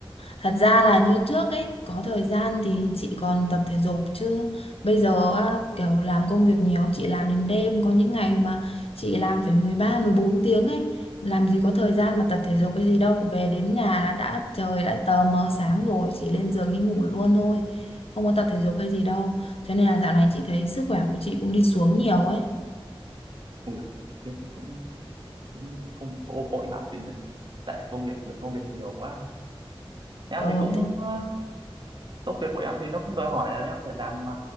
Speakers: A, on the left (about 80°); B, on the right (about 55°).
A: thật ra là như trước ấy có thời gian thì chị còn tập thể dục chứ bây giờ á, kiểu làm công việc nhiều chị làm đến đêm có những ngày mà chị làm phải mười ba mười bốn tiếng ấy làm gì có thời gian mà tập thể dục cái gì đâu về đến nhà là đã trời đã tờ mờ sáng rồi chỉ lên giường đi ngủ luôn thôi không có tập thể dục hay gì đâu cho nên là dạo này chị thấy sức khỏe của chị cũng đi xuống nhiều ấy
B: Ui, thế thì cũng cũng không ô- ổn lắm chị nhỉ tại công việc lượng công việc nhiều quá em
A: ờ
B: thì cũng ờ, công việc của em thì nó cũng đòi hỏi là em phải làm ờ,